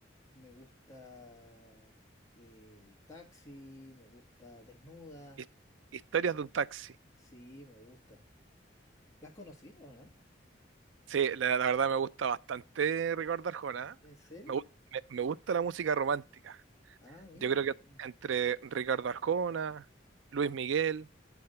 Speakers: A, on the left (about 15°); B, on the right (about 80°).
A: me gusta eh, El Taxi, me gusta Desnuda,
B: His- Historias de un taxi.
A: sí, me gusta. ¿Las conocí o no?
B: Sí, la, la verdad me gusta bastante Ricardo Arjona.
A: ¿En
B: ¿eh?
A: serio?
B: Me, gu- me- me gusta la música romántica.
A: Ah, mira.
B: Yo creo que
A: Mm.
B: entre Ricardo Arjona, Luis Miguel,